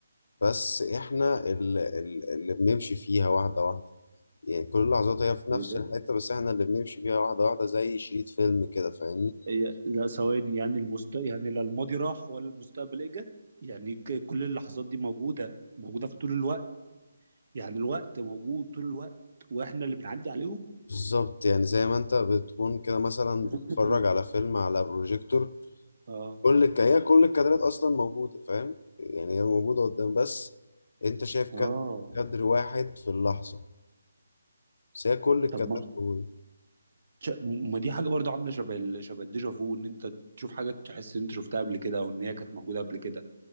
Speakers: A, on the left; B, on the right.
A: بس احنا اللي, اللي بنمشي فيها واحدة واحدة يعني كل اللحظات هي في نفس
B: ايه ده
A: الحتة بس احنا اللي بنمشي فيها واحدة واحدة زي شريط فيلم كده فاهمني
B: هي لا ثواني يعني المست يعني لا الماضي راح ولا المستقبل اجى يعني ك- كل اللحظات دي موجوده موجوده في طول الوقت يعني الوقت موجود طول الوقت واحنا اللي بنعدي عليهم
A: بالظبط يعني زي ما انت بتكون كده مثلا
B: <coughs>
A: بتتفرج على
B: <laughs>
A: فيلم على بروجيكتور
B: اه
A: كل الك... هي كل الكادرات اصلا موجوده فاهم يعني هي موجوده قدام بس انت شايف كادر
B: اه
A: كادر واحد في اللحظه بس هي كل الكادرات
B: طب ما
A: موجوده
B: ش- ما دي حاجه برضو عامله شبه ال- شبه الديجا فو ان انت تشوف حاجه تحس ان انت شفتها قبل كده او ان هي كانت موجوده قبل كده